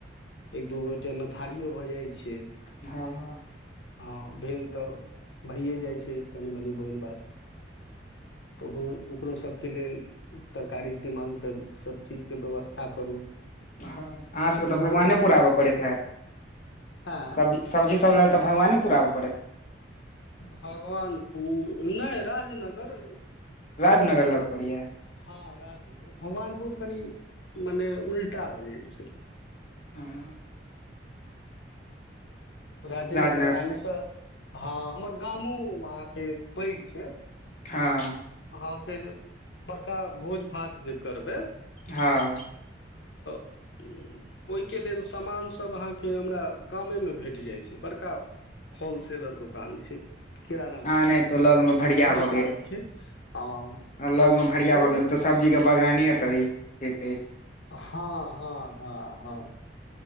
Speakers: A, on the left; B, on the left.
A: एक दू गोटे नथारियो भऽ जाइ छै
B: हँ
A: हँ भेल तऽ भइए जाइ छै कनि मनी भोज भात तऽ ओ ओकरो सभके लेल तरकारी तीमन सभ सभ चीजके व्यवस्था करू
B: हँ अहाँ सभके
A: दू
B: तऽ भगवानेपुर
A: दिन हम
B: आब पड़ैत हैत
A: आँय
B: सबजी सब्जी सब लए तऽ भगवानेपूर अब
A: भगवानपुर नहि राजनगर
B: नगर लग पड़ैया
A: हँ राजनगर भगवानपुर कनि मने उल्टा भऽ जाइ छै
B: हँ
A: राजेनगर
B: राजनगर
A: आ नहि तऽ हँ हमर गामो के पैघ छै
B: हँ
A: हँ के बड़का भोज भात जे करबय
B: हँ
A: ओहि के लेल सामान सभ अहाँ के हमरा गामे मे भेट जाइ छै बड़का होलसेलर दुकान छै किराना
B: आ नहि तो लग मे भरिया
A: दुकान
B: भऽ गेल
A: छै हँ
B: आ लग मे भढ़िया
A: हँ
B: भऽ गेल तऽ सब्जी के बगाने एत होेत अछि
A: हँ हँ हँ हँ